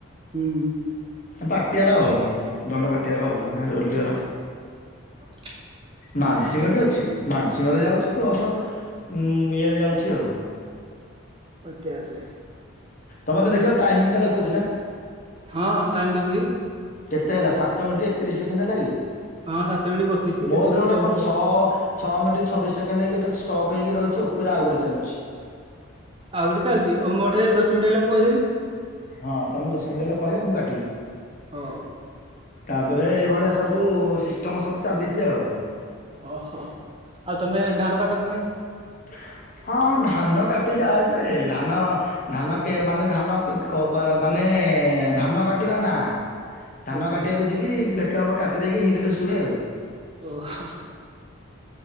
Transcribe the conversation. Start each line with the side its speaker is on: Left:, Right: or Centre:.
Right: ହୁଁ।
Left: ପାଟିଆର ଆଉ ଦଣ୍ଡ ପାଟିଆର ଆଉ ମାନେ ରୋଲିଅର।
Right: <inaudible>
Left: ମାନସିକ ବି ଅଛି ମାନସିକରେ ଯାଉଛି, ପ୍ଲସ୍ ଉମ୍ ଇଏରେ ଯାଉଛି ଆଉ।
Right: ପାଟିଆରରେ।
Left: ତମେ ତ ଦେଖିବ ଟାଇମ ଟା ଦେଖଉଛି ନା?
Right: ହଁ ହଁ ଟାଇମ୍ ଦେଖଉଛି।
Left: କେତେ ହେଲା, ସାତ ମିନିଟ ଏକତିରିଶ ସେକେଣ୍ଡ ହେଲା କି?
Right: ହଁ ସାତ ମିନିଟ୍ ବତିଶି
Left: ମୋ
Right: ତେତିଶି
Left: ଥେରେ ଗୋଟେ
Right: ଚାଲିଛି
Left: କଣ ଛଅ
Right: ଆଉ।
Left: ଛଅ ମିନିଟ ଛବିଶ ସେକେଣ୍ଡ ହେଇକି ଏଇଟା ଷ୍ଟପ୍ ହେଇକି ରହିଛି ଉପରେ ଆଉ ଗୋଟେ ଚାଲୁଛି।
Right: ଆଉ ଗୋଟେ ଚାଲିଚି, ଅ ମୋ ଠେ ଦଶ ମିନିଟ୍ ହେଲେ ମୁଁ କହିଦେବି।
Left: ହଁ, ତମେ ଦଶ ମିଣ୍ଟି ହେଲେ କହିବ, ମୁଁ କାଟିବି।
Right: ହଉ।
Left: ତାପରେ ଏଇଭଳିଆ ସବୁ ସିଷ୍ଟମ ସବୁ ଚାଲିଛି ଆଉ।
Right: ଓହୋ। ଆଉ ତମେ ଧାନ କାଟ କି ନାହିଁ?
Left: <inaudible> ହଁ ଧାନ କାଟି ଯାଏ ଯେ, ଧାନ ଧାନ କେ ମାନେ ଧାନ କ-କ ମାନେ ନେ ଏ ଧାନ କାଟିବା ନା? ଧାନ
Right: ଓହୋ
Left: କାଟିବାକୁ ଯିବି, ବେକେ ହବ କାଟି ଦେଇକି ହୀରରେ ଶୁଏ ଆଉ।
Right: ଓହୋ।